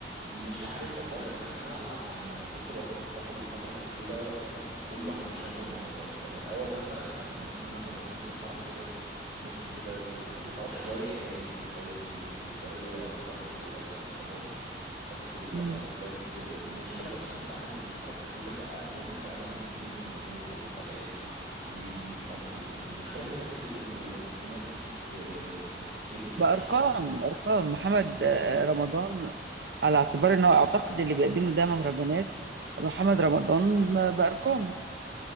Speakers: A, on the right (about 30°); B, on the right (about 70°).
A: مش عارف والله يعني انا انا يعني لما كنت بروح افراح الفتره الاخيره يعني كله عم بيشغل مهرجانات يعني الاول مثلا كان ممكن مثلا نص الفرح كده ونصه كده و- وخلاص شويه هادي وشويه هدوء وشويه خبط ورزع وخلاص بس للاسف
B: مم.
A: بجد المشكله اصلا بقى الفتره الاخيره بقى لهم فعلا كميه جمهور وحفلات وي وي طب والمشكله في ناس كتير بتروح وفي ناس آه، كتير بتعشقهم
B: بأرقام أرقام محمد
A: بجد
B: آه، رمضان على اعتبار إنه أعتقد اللي بيقدمه ده مهرجانات محمد رمضان بأرقام